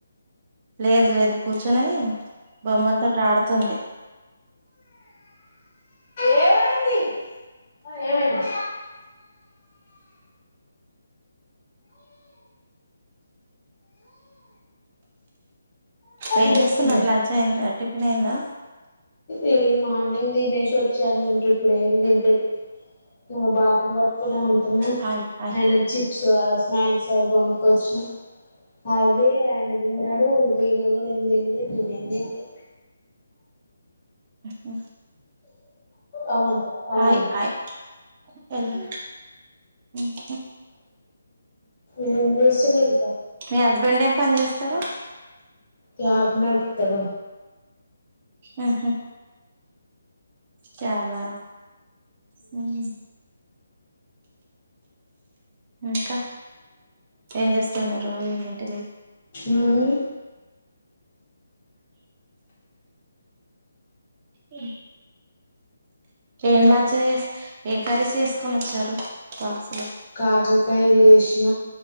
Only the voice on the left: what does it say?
ఏమైంది ఆ ఏమైంది
బుజ్జుకుందా
ఏ మార్నింగ్ తినేశి వచ్చాను ఇంక ఇప్పుడు ఏమ్ తిన్లేదు. మా బాబ్ బున్ పట్టుకొనే ఉంటున్నా.
ఆయనక్ చిప్సా, స్నాక్స్ గవి గొనుక్కొచ్చిన అవ్వే ఆయన తిన్నడూ. ఇగో ఈయన గూడా ఏం తిన్లే. ఇగేం తిన్లే
అమన్ అమన్
ఏం చేస్తుండు ఇంకా.
క్యాబ్ నడుపుతడు
ఉమ్
కాకర్కాయ్ చేశ్